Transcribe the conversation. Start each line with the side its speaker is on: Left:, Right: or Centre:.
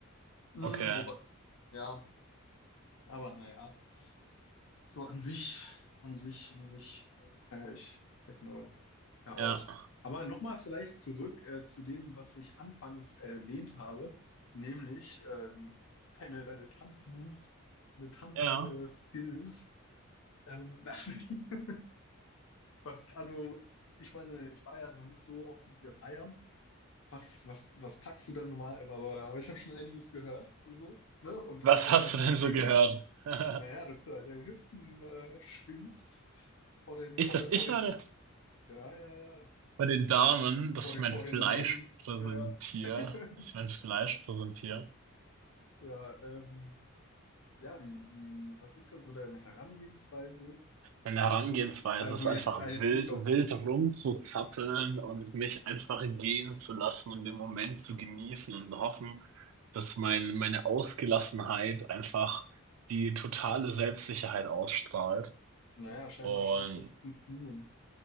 Left: Mm,
Right: okay,
Left: wobei, ja, Aber naja, so an sich, an sich, an sich äh, feiere ich Techno ja auch.
Right: ja.
Left: Aber nochmal vielleicht zurück äh, zu dem, was ich anfangs erwähnt habe, nämlich ähm, deine, deine Tanzmoves, deine Tanzskills.
Right: Ja.
Left: Ähm, <laughs> was, also, ich meine, ich war ja noch nicht so oft mit dir feiern. Was, was, was packst du dann normal? Aber, aber ich habe schon einiges gehört, so, ne? Und
Right: Was
Left: auch selber
Right: hast
Left: gesehen.
Right: du denn so gehört? <laughs>
Left: Naja, dass du halt deine Hüften äh, schwingst vor den,
Right: Ich,
Left: vor
Right: dass
Left: der, vor
Right: ich
Left: den,
Right: meine,
Left: ja, ja, ja,
Right: bei den Damen, dass
Left: vor den,
Right: ich mein
Left: vor
Right: Fleisch
Left: den Ladies.
Right: präsentiere,
Left: Ja, <laughs>
Right: dass ich mein Fleisch präsentiere.
Left: ja, ähm, ja, wie, wie, was ist da so deine Herangehensweise?
Right: Meine Herangehensweise
Left: Hast du, also
Right: ist einfach
Left: jetzt, äh, jetzt
Right: wild,
Left: nicht auf,
Right: wild rumzuzappeln und mich einfach gehen zu lassen und den Moment zu genießen und hoffen, dass mein, meine Ausgelassenheit einfach die totale Selbstsicherheit ausstrahlt.
Left: naja, scheinbar
Right: Und
Left: scheint es ja zu funktionieren.